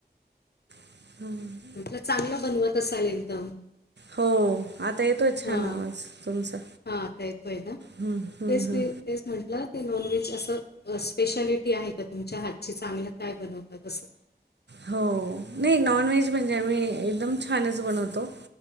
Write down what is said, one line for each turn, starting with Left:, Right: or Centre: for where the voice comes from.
Right: <inaudible>
Left: म्हटलं चांगलं बनवत असाल एकदम.
Right: हो आता येतोय छान
Left: हा
Right: आवाज तुमचा
Left: हा आता येतोय ना
Right: हू हू
Left: तेच
Right: हू.
Left: मी तेच म्हटलं ते नॉनव्हेज असं. अ स्पेशालिटी आहे का तुमच्या हातची चांगलं काय बनवतात असं.
Right: हो नही नॉन व्हेज म्हणजे आमी एकदम छानच बनवतो.